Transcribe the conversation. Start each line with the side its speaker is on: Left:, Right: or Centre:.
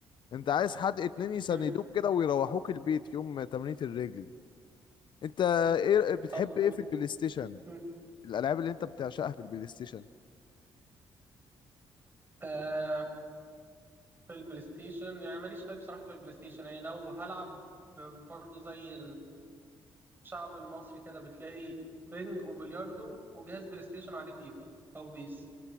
Left: انت عايز حد اتنين يساندوك
Right: مم.
Left: كده ويروحوك البيت يوم تمرينة الرجل انت ايه بتحب
Right: طب
Left: ايه
Right: و-
Left: في البلاي ستيشن
Right: مم.
Left: الالعاب اللي انت بتعشقها في البلاي ستيشن
Right: آه في البلاي ستيشن يعني ماليش قوي بصراحه في البلاي ستيشن يعني لو هلعب ب- برضو زي الشعب المصري كده بتلاقي بينج وبلياردو وجهاز بلاي ستيشن عليه فيفا او بيس